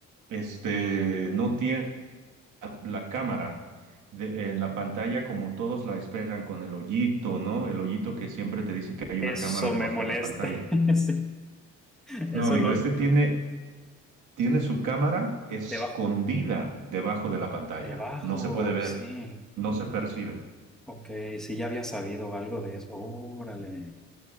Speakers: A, on the right (about 80°); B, in the centre.
A: este, no tiene la la cámara de- en la pantalla como todos la esperan, con el hoyito, ¿no? El hoyito que siempre te dice que hay
B: Eso
A: una cámara debajo
B: me molesta.
A: de la pantalla.
B: <laughs> Sí, Eso
A: No, amigo,
B: lo,
A: este tiene Tiene su cámara escondida
B: debajo.
A: debajo de la pantalla.
B: Debajo,
A: No se puede ver,
B: sí.
A: no se percibe.
B: Ok, sí, ya había sabido algo de eso. Órale.